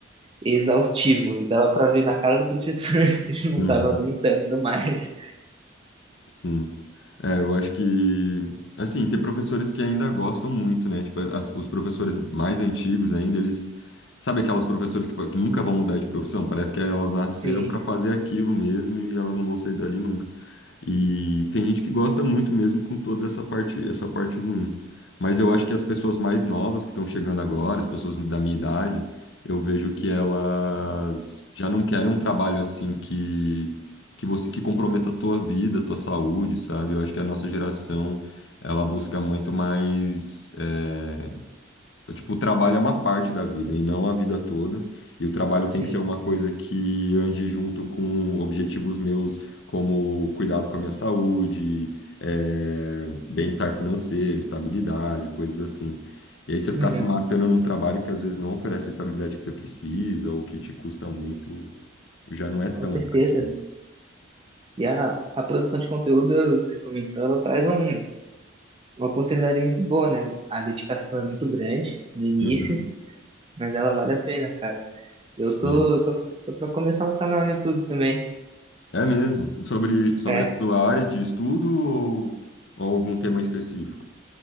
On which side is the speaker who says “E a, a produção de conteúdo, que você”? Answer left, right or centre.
Right